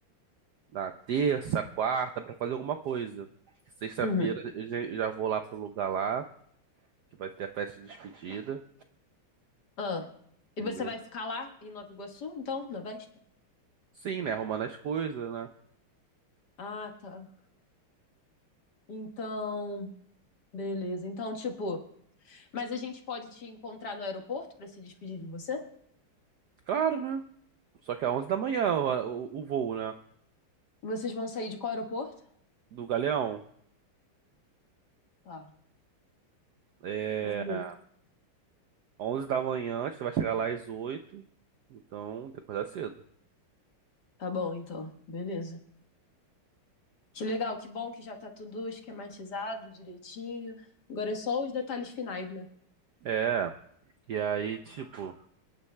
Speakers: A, on the right; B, on the left.
A: na terça, quarta, pra fazer alguma coisa. Sexta-feira
B: Uhum.
A: eu já, eu já vou lá pro lugar lá, que vai ter a festa de despedida,
B: Ah, e
A: entendeu?
B: você vai ficar lá em Nova Iguaçu, então, na véspera?
A: Sim, né? Arrumando as coisas, né?
B: Ah, tá. Então, beleza. Então, tipo, Mas a gente pode te encontrar no aeroporto pra se despedir de você?
A: Claro, né? Só que é 11 da manhã o, o, o voo, né?
B: Vocês vão sair de qual aeroporto?
A: Do Galeão.
B: Tá.
A: É.
B: Meu
A: 11 da manhã, você vai chegar lá às 8, então tem que acordar cedo.
B: Tá bom, então. Beleza. Que legal, que bom que já tá tudo esquematizado direitinho. Agora é só os detalhes finais, né?
A: É, e aí, tipo,